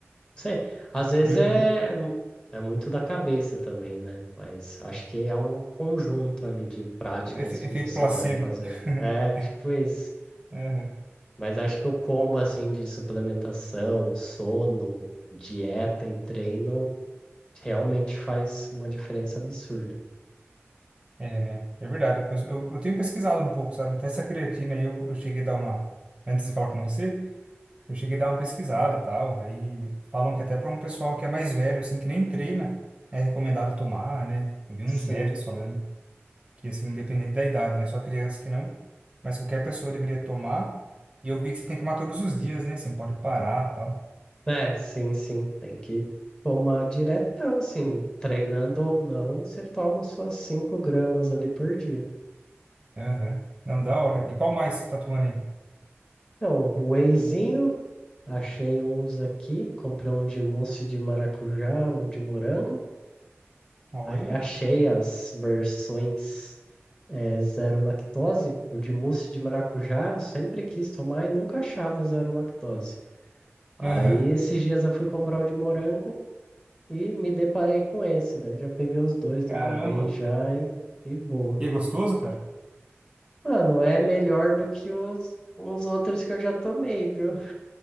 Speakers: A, on the left; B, on the right.
A: sei. Às vezes
B: Uhum.
A: é, é muito da cabeça também, né? Mas acho que é um conjunto ali de práticas
B: Efe-
A: que
B: Efeito
A: você
B: placebo.
A: vai fazendo.
B: <laughs>
A: É, tipo isso.
B: Aham.
A: Mas acho que o combo assim de suplementação, sono, dieta e treino realmente faz uma diferença absurda.
B: É, né? É verdade. Eu, eu tenho pesquisado um pouco, sabe? Até essa creatina aí eu, eu cheguei a dar uma. Antes de falar com você. Eu cheguei a dar uma pesquisada, tal, aí falam que até para um pessoal que é mais velho, assim, que nem treina, é recomendado tomar, né? Eu vi
A: Sim,
B: uns médicos falando que, assim, independente da idade, né? Só criança que não, mas qualquer pessoa deveria tomar. E eu vi que você tem que tomar todos os dias, né? Você não pode parar, tal.
A: é, sim, sim. Tem que tomar diretão, assim, treinando ou não, você toma suas 5 gramas ali por dia.
B: Aham. Não, da hora. E qual mais você tá tomando aí?
A: Então, um wheyzinho, achei uns aqui, comprei um de mousse de maracujá, um de morango.
B: Olha.
A: Aí achei as versões é, zero lactose, o de mousse de maracujá eu sempre quis tomar e nunca achava zero lactose. Aí
B: Aham.
A: esses dias eu fui comprar o de morango e me deparei com esse, daí já peguei os dois de
B: Caramba.
A: uma vez já e, e boa.
B: E é gostoso, cara?
A: Mano, é melhor do que os uns outros que eu já tomei, viu?